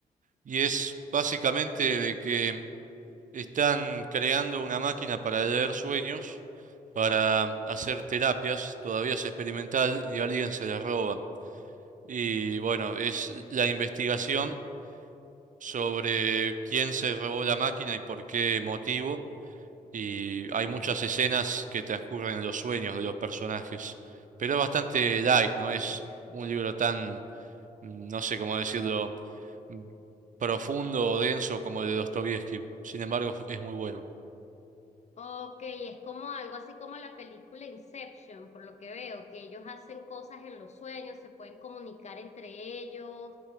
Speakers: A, on the right; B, on the left.
A: y es básicamente de que están creando una máquina para leer sueños, para hacer terapias, todavía es experimental y alguien se la roba. Y bueno, es la investigación sobre quién se robó la máquina y por qué motivo, y hay muchas escenas que transcurren en los sueños de los personajes, pero es bastante
B: Mm,
A: light, no es
B: ok.
A: un libro tan, mm, no sé cómo decirlo, mm, profundo o denso como el de Dostoievski, sin embargo es muy bueno.
B: Ok, es como algo así como la película Inception, por lo que veo, que ellos hacen cosas en los sueños, se pueden comunicar entre ellos